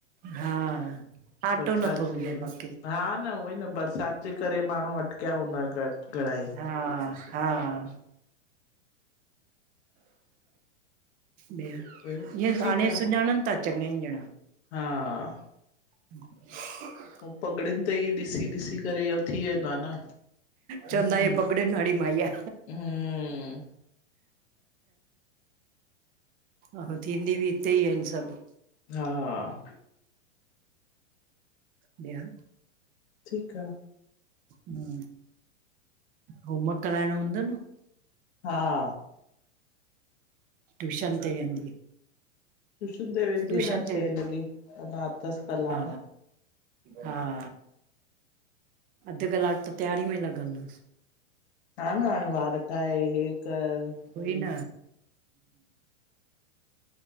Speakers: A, on the right; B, on the left.
A: हा आटो
B: बरसात
A: नथो
B: जे
A: मिले
B: करे
A: बाक़ी।
B: हा न उहोई न बरसात जे करे माण्हू अटकिया हूंदा घ घणा ई
A: हा हा इअ
B: ॿियो ठीकु
A: हाणे
B: आ
A: सुञाणन था चङाई ॼणा
B: हा
A: <unintelligible>
B: ऐं पगड़नि ते ई ॾिसी ॾिसी करे थी वेंदो आ न
A: चोंदआ
B: हम्म
A: हे पगड़ियू वारी माई आ
B: हम्म
A: ह थींदी बि हिते ई आहिनि सभ।
B: हा हा
A: या <inaudible>
B: ठीक आ।
A: हम होमवर्क कराइणो हूंदो न
B: हा
A: ट्यूशन ते वेंदी।
B: टूशन ते वेंदी
A: ट्यूशन
B: अञा छह
A: ते
B: लॻे अञा अथस कलाक।
A: हा हा अध कलाक त तयारी में लॻंदुस।
B: हा न हाणे वार ठाए हे कर।
A: ओहि न